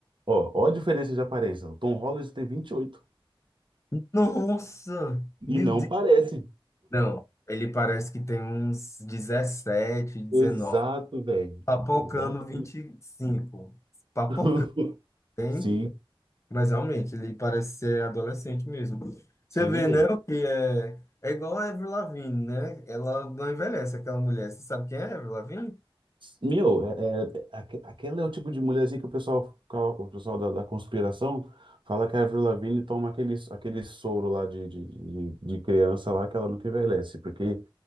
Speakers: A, on the right (about 60°); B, on the left (about 30°).
A: ó, ó a diferença de aparência. O Tom Holland tem vinte e oito
B: Nossa! Meu
A: E não
B: Deus!
A: parece.
B: Não, ele parece que tem uns 17, 19.
A: Exato, velho.
B: Papocando
A: Exato.
B: vinte e cinco Papocando,
A: <laughs>
B: hein?
A: Sim,
B: Mas realmente, ele parece ser adolescente mesmo. Você
A: sim,
B: vê,
A: velho.
B: né? O que é. É igual a Avril Lavigne, né? Ela não envelhece, aquela mulher. Você sabe quem é a Avril Lavigne?
A: Meu, é, é- aque- aquela é o tipo de mulherzinha que o pessoal, fica- o pessoal da, da conspiração fala que a Avril Lavigne toma aquele, aquele soro lá de, de, de- de criança lá que ela nunca envelhece. Porque,